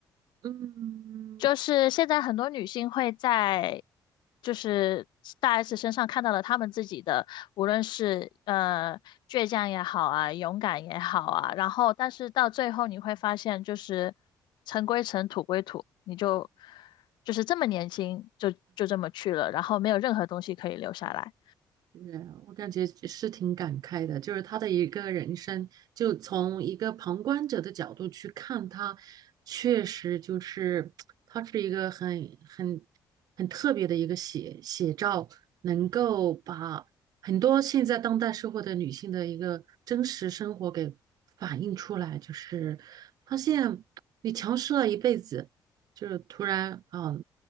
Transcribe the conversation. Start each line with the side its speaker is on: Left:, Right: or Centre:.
Right: 嗯
Left: 就是现在很多女性会在就是大 S 身上看到了她们自己的，无论是呃倔强也好啊，勇敢也好啊，然后但是到最后你会发现，就是尘归尘，土归土，你就就是这么年轻就就这么去了，然后没有任何东西可以留下来，
Right: 是，我感觉是挺感慨的，就是他的一个人生，就从一个旁观者的角度去看他，确实就是他是一个很很很特别的一个写写照，能够把很多现在当代社会的女性的一个真实生活给反映出来，就是发现你强势了一辈子，就是突然啊